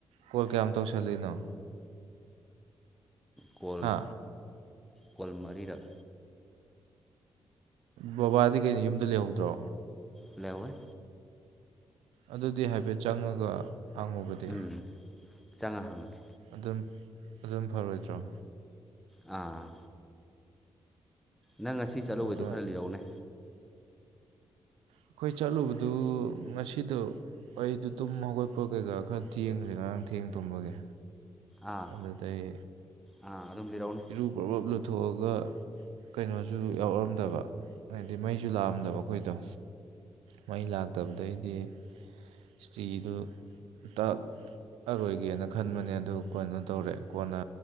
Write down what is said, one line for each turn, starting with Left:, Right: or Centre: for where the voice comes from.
Right: ꯀꯣꯜ ꯀꯌꯥꯝ ꯇꯧꯁꯜꯂꯤꯅꯣ
Centre: ꯀꯣꯜ
Right: ꯍꯥ
Centre: ꯀꯣꯜ ꯃꯔꯤꯔꯛ
Right: ꯕꯕꯥꯗꯤ ꯀꯩꯅꯣ ꯌꯨꯝꯗ ꯂꯩꯍꯧꯗ꯭ꯔꯣ
Centre: ꯂꯦꯋꯦ
Right: ꯑꯗꯨꯗꯤ ꯍꯥꯏꯐꯦꯠ ꯆꯪꯉꯒ ꯍꯪꯉꯨꯕꯗꯤ
Centre: ꯎꯝ ꯆꯪꯉꯥ ꯍꯪꯒꯦ
Right: ꯑꯗꯨꯝ ꯑꯗꯨꯝ ꯐꯔꯣꯏꯗ꯭ꯔꯣ
Centre: ꯑꯥ ꯅꯪ ꯉꯁꯤ ꯆꯠꯂꯨꯕꯩꯗꯣ
Right: ꯑꯗꯨꯒ
Centre: ꯈꯔ ꯂꯤꯔꯧꯅꯦ
Right: ꯑꯩꯈꯣꯏ ꯆꯠꯂꯨꯕꯗꯨ ꯉꯁꯤꯗꯣ ꯑꯩꯗꯨ ꯇꯨꯝ ꯍꯧꯒꯠ ꯑꯣꯠꯄ ꯀꯩꯀꯥ ꯈꯔ ꯊꯦꯡꯈ꯭ꯔꯁꯦ ꯉꯔꯥꯡ ꯊꯦꯡ ꯇꯨꯝꯃꯒꯦ
Centre: ꯑꯥ
Right: ꯑꯗꯨꯗꯩ
Centre: ꯑꯥ ꯑꯗꯨꯝ ꯂꯤꯔꯛꯎꯅꯦ
Right: ꯏꯔꯨ ꯄꯥ ꯄꯔꯥꯞ ꯂꯨꯊꯣꯛꯑꯒ ꯀꯩꯅꯣꯁꯨ ꯌꯥꯎꯔꯔꯝꯗꯕ ꯍꯥꯏꯗꯤ ꯃꯩꯁꯨ ꯂꯥꯛꯑꯝꯗꯕ ꯑꯩꯈꯣꯏꯗꯣ ꯃꯩ ꯂꯥꯛꯇꯕꯗꯩꯗꯤ ꯏꯁꯇ꯭ꯔꯤꯗꯨ ꯇ ꯑꯔꯣꯏꯒꯦꯅ ꯈꯟꯕꯅꯦ ꯑꯗꯨ ꯀꯣꯏꯅꯣ ꯇꯧꯔꯛꯑꯦ ꯀꯣꯟꯅ